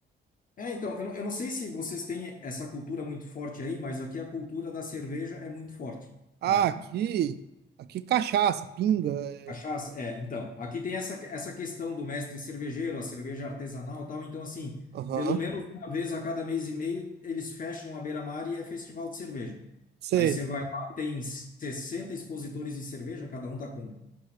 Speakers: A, on the left; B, on the right.
A: É, então, eu não, eu não sei se vocês têm essa cultura muito forte aí, mas aqui a cultura da cerveja é muito forte,
B: Ah,
A: né?
B: aqui. Aqui cachaça, pinga. é,
A: Cachaça, é, então, aqui tem essa, essa questão do mestre cervejeiro, a cerveja artesanal e tal, então assim,
B: Aham.
A: pelo menos uma vez a cada mês e meio eles fecham a beira-mar e é festival de cerveja.
B: Sei.
A: Aí você vai lá, tem 60 expositores de cerveja, cada um tá com